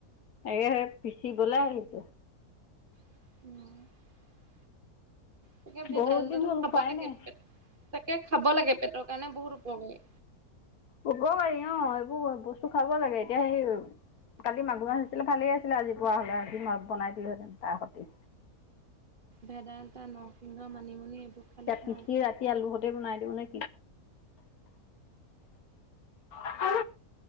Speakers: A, on the left; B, on the right.
A: এ পিচিবলে আহিছে
B: <inaudible> তাকে ভেদাইলতাটো
A: বহুত দিন হ'ল
B: খাব
A: খোৱাই
B: লাগে
A: নাই
B: তাকে খাব লাগে পেটৰ কাৰণে বহুত কমে
A: উব পাৰি অ এইবোৰ বস্তু খাব লাগে এতিয়া সেই কালি মাগুৰ মাছ আছিলে ভালেই আছিলে আজি পুৱা হ'লে আজি ম বনাই দিলোহেঁতেন তাৰ সতি
B: ভেদাইলতা নৰসিংহ মানিমুনি খালে
A: এতিয়া
B: ভাল।
A: পিচি ৰাতি আলুহতে বনাই দিওঁ নে আছা